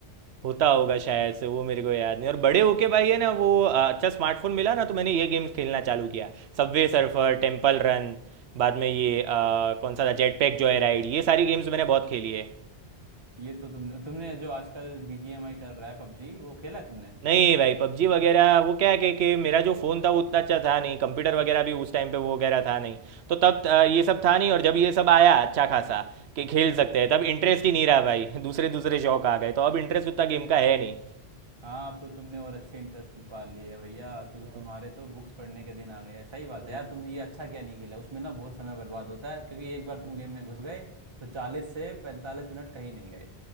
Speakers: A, on the right; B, on the right.
A: होता होगा शायद से वो मेरे को याद नहीं और बड़े होके भाई है ना वो अ, अच्छा स्मार्टफोन मिला ना तो मैंने ये गेम्स खेलना चालू किया सबवे सर्फर टेम्पल रन बाद में ये अ, कौन सा था जेट पैक जॉय राइड ये सारी गेम्स मैंने बहुत खेली है
B: ये तो तुमने तुमने जो आजकल बीजीएमआई चल रहा है पबजी वो खेला है तुमने
A: नहीं भाई पबजी वगैरह वो क्या है कि, कि मेरा जो फ़ोन था वो उतना अच्छा था नहीं कंप्यूटर वगैरह भी उस टाइम पे वो वगैरह था नहीं तो तब अ, ये सब था नहीं और जब ये सब आया अच्छा खासा कि खेल सकते हैं तब इंटरेस्ट ही नहीं रहा भाई <laughs> दूसरे दूसरे शौक आ गए तो अब इंटरेस्ट उतना गेम का है नहीं
B: हाँ अब तो तुमने और अच्छे इंटरेस्ट पा लिए है भैया तू
A: हम्म,
B: तुम्हारे तो बुक्स पढ़ने के दिन आ गए हैं सही बात
A: हम्म,
B: है यार तुमने ये अच्छा क्या नहीं खेला उसमें ना बहुत समय बर्बाद होता है क्योंकि एक बार
A: हम्म।
B: तुम गेम में घुस गए तो चालीस से पैंतालीस मिनट कहीं नहीं गए